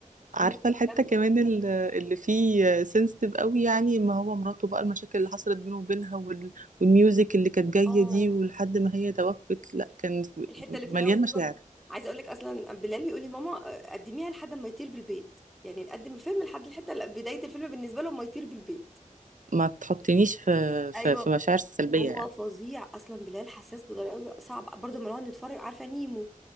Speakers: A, on the right; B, in the centre.
A: عارفه
B: دي من الافلام
A: الحته كمان ال- اللي فيه سنسيتيف قوي يعني ما هو مراته بقى المشاكل اللي حصلت بينه وبينها وال... والميوزك اللي كانت جايه
B: اه
A: دي ولحد ما هي توفت لا كان
B: الحته
A: مليان
B: اللي في الاول دي
A: مشاعر
B: برضه عايزه اقول لك اصلا بلال يقول لي ماما آه، قدميها لحد ما يطير بالبيت يعني نقدم الفيلم لحد الحته اللي بدايه الفيلم بالنسبه له ما يطير بالبيت
A: ما تحطنيش في في,
B: ايوه
A: في مشاعر سلبيه
B: هو
A: يعني
B: فظيع اصلا بلال حساس بطريقه صعبه برضه لما نقعد نتفرج عارفه نيمو